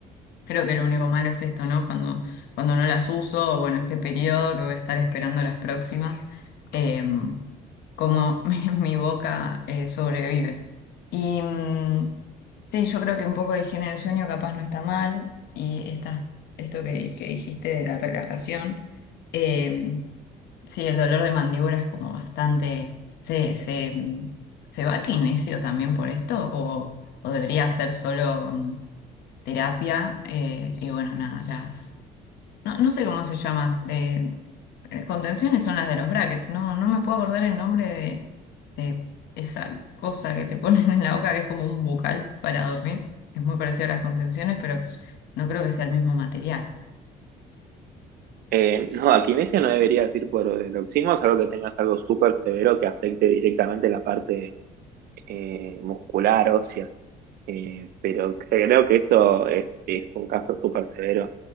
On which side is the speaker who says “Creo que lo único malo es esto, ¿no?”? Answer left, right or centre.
Left